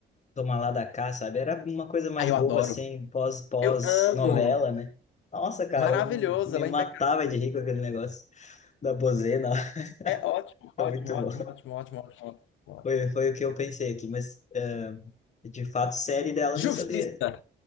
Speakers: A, on the left; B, on the left.
A: Toma lá da cá, sabe? Era uma coisa mais
B: Ai,
A: boba,
B: eu adoro.
A: assim, pós, pós-novela,
B: Eu amo.
A: né? Nossa, cara,
B: Maravilhoso,
A: eu me
B: ela
A: matava
B: é impecável.
A: de rir com aquele negócio da bozena. <laughs>
B: É ótimo,
A: Foi
B: ótimo,
A: muito
B: ótimo,
A: bom.
B: ótimo, ótimo, ótimo. ótimo.
A: Foi, foi o que eu pensei aqui, mas ah, de fato, série dela
B: Justiça.
A: eu nem sabia.